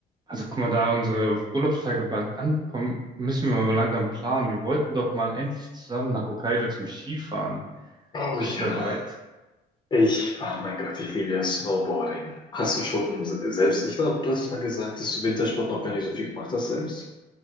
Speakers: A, on the right (about 25°); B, on the left (about 25°).
A: Also guck mal, da unsere Urlaubstage bald ankommen, müssen wir mal langsam planen. Wir wollten doch mal endlich zusammen nach Hokkaido zum Skifahren.
B: Oh
A: Bist
B: ja,
A: du da bereit?
B: ich, oh mein Gott, ich liebe ja Snowboarding. Hast du schon se- selbst, ich glaube, du hattest mal gesagt, dass du Wintersport noch gar nicht so viel gemacht hast selbst?